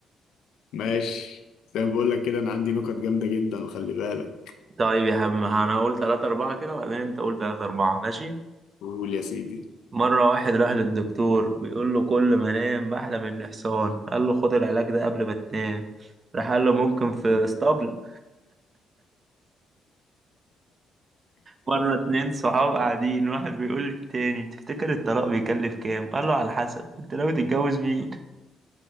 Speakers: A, on the left; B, on the right.
A: ماشي زي ما بقول لك كده انا عندي نكت جامده جدا وخلي بالك
B: طيب يا عم انا اقول تلاتة اربعة كده وبعدين انت قول تلاتة اربعة ماشي
A: قول يا سيدي
B: مرة واحد راح للدكتور بيقول له كل ما انام بحلم اني حصان قال له خد العلاج ده قبل ما تنام راح قال له ممكن في
A: <laughs>
B: اسطبل مرة اتنين صحاب قاعدين واحد بيقول للتاني تفتكر الطلاق بيكلف كام قال له على حسب انت ناوي تتجوز مين